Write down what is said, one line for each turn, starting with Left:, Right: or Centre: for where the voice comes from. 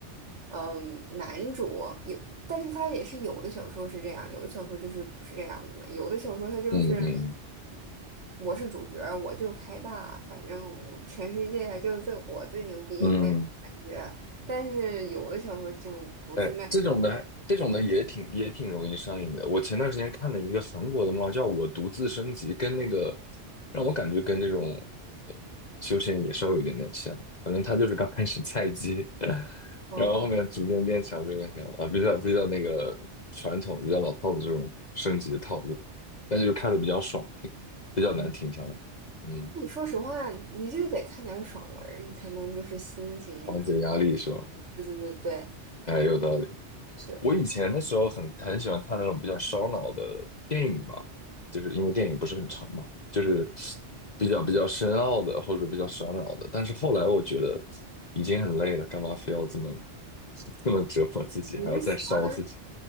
Right: 嗯，男主有，但是他也是有的小说是这样，有的小说就是不是这样的嘛，有的小说他就是
Left: 嗯嗯
Right: 我是主角儿我就开大，反正我全世界就这我最牛逼那种感觉，
Left: 嗯。
Right: 但是有的小说就不是那
Left: 哎，这种的，这种的也挺也挺容易上瘾的。
Right: 这样。
Left: 我前段时间看了一个韩国的漫画叫《我独自升级》，跟那个让我感觉跟这种呃修仙也稍微有点点像。反正他就是刚开始菜鸡，<laughs>
Right: 哦，
Left: 然后后面逐渐变强，逐渐变强啊，比较比较那个传统、比较老套的这种升级的套路，但就是看的比较爽，挺比较难停下来。
Right: 嗯，
Left: 嗯，
Right: 你说实话，你就是得看点儿爽文儿你才能就是心情，
Left: 缓解压力是吧？
Right: 对对对对
Left: 哎，有道理。
Right: 对。
Left: 我以前的时候很很喜欢看那种比较烧脑的电影吧，就是因为电影不是很长嘛，就是比较比较深奥的或者比较烧脑的。但是后来我觉得已经很累了，干嘛非要这么 <laughs> 这么折磨自己，
Right: 你是喜欢。
Left: 还要再烧自己？